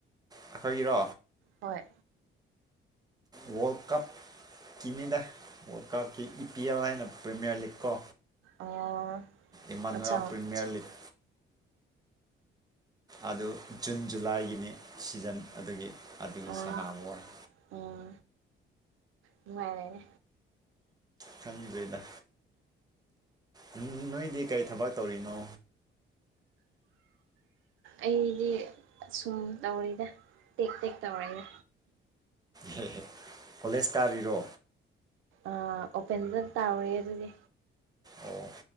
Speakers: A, on the right; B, on the right.
A: ꯑꯩꯈꯣꯏꯒꯤꯔꯣ
B: ꯍꯣꯏ
A: world cup team India world ꯀꯞꯀꯤ ꯏ ꯄꯤ ꯑꯦꯜ ꯍꯥꯏꯅ ꯄ꯭ꯔꯤꯃꯤꯌꯥꯔ ꯂꯤꯒ ꯀꯣ
B: ꯑꯣ
A: ꯏꯃꯥꯅꯨꯋꯦꯜ
B: ꯑꯠꯆꯥ
A: ꯄ꯭ꯔꯤꯃꯤꯌꯔ ꯂꯤꯒ ꯑꯗꯨ ꯖꯨꯟ ꯖꯨꯂꯥꯏꯒꯤꯅꯤ ꯁꯤꯖꯟ ꯑꯗꯨꯒꯤ ꯑꯗꯨꯒꯤ
B: ꯑꯣ
A: ꯁꯥꯟꯅꯕ ꯋꯥꯅꯤ
B: ꯎꯝ ꯅꯨꯡꯉꯥꯏꯔꯦꯅꯦ
A: ꯈꯪꯗ꯭ꯔꯦꯗ ꯎꯝ ꯎꯝ ꯅꯣꯏꯗꯤ ꯀꯔꯤ ꯊꯕꯛ ꯇꯧꯔꯤꯅꯣ
B: ꯑꯩꯗꯤ ꯑꯁꯨꯝ ꯇꯧꯔꯤꯗ ꯇꯦꯛ ꯇꯦꯛ ꯇꯧꯔꯦꯗ
A: ꯍꯦ ꯍꯦ ꯀꯣꯂꯦꯖ ꯀꯥꯔꯤꯔꯣ
B: ꯑꯥ ꯑꯣꯄꯦꯟꯗ ꯇꯥꯎꯔꯤ ꯑꯗꯨꯗꯤ
A: ꯑꯣ